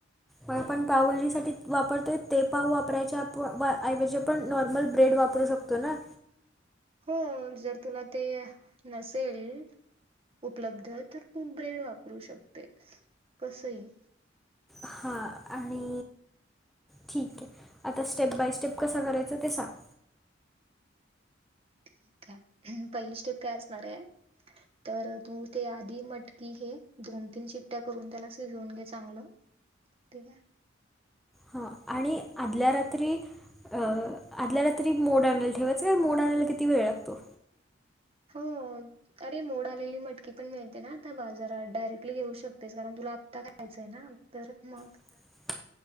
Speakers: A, in the centre; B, on the right (about 30°).
A: मग, आपण पावभाजीसाठी वापरतोय ते पाव वापरायचे ऐवजी आपण नॉर्मल ब्रेड वाप करू शकतो, ना
B: हो, जर तुला, ते नसेल उपलब्ध आहे, तर तू ब्रेड वापरू शकते, कसही
A: हां, आणि ठीक आहे, आता स्टेप, बाय स्टेप, कसां करायचं ते सांग.
B: ठीक आहे, पहिली स्टेप काय असणार आहे. तर तू ते आधी मटकी घे, दोन-तीन चिट्ट्या करून त्याला शिजवून घे चांगलं. ठीक आहे.
A: हा आणि आधल्या रात्री अ, आदल्या रात्री मोड आणायला ठेवायचं मोड आणायला किती वेळ लागतो?
B: हो. अरे, मोड आलेली मटकी पण मिळते ना आता बाजारात? डायरेक्टली घेऊ शकतेस, कारण तुला आत्ता करायचं हाय ना? तर, मग
A: <unintelligible>